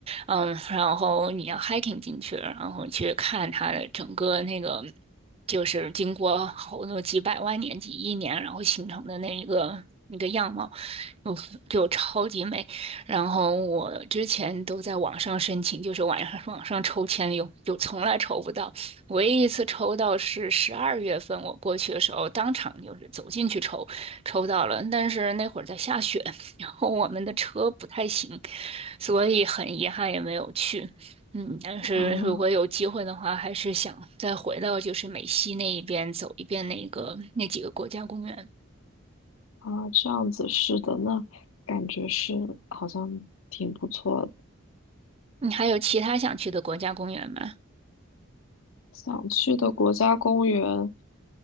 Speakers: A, on the right (about 25°); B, on the left (about 70°).
A: 嗯，然后你要 hiking 进去，然后去看它的整个那个。就是经过好多几百万年、几亿年，然后形成的那一个那个样貌。就就超级美，然后我之前都在网上申请，就是网上网上抽签有有从来抽不到，唯一一次抽到是十二月份我过去的时候，当场就是走进去抽，抽到了，但是那会儿在下雪，然后我们的车不太行，所以很遗憾也没有去。嗯，但是如果有机会的话，
B: 啊。
A: 还是想再回到就是美西那一边走一遍那个那几个国家公园。
B: 啊，这样子是的，那感觉是好像挺不错的。
A: 你还有其他想去的国家公园吗？
B: 想去的国家公园